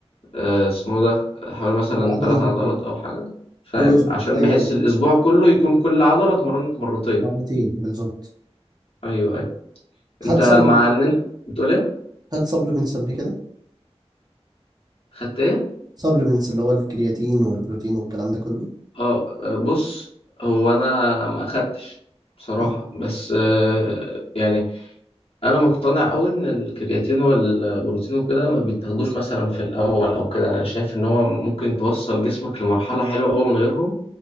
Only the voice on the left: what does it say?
آه، اسمه ده حوالي مثلا
تلات
عضلات أو حاجة فاهم
عشان
بحس
الأسبوع كله يكون كل عضلة اتمرنت مرتين
أيوه أيوه
أنت مع
إن
أنت بتقول إيه؟
خدت إيه؟
أه آه، بص هو أنا ما أخدتش بصراحة
بس آه، يعني انا مقتنع قوي ان الكرياتين والبروتين وكده ما بيتاخدوش مثلا في الاول او كده انا شايف ان هو ممكن توصل جسمك لمرحله حلوه قوي من غيرهم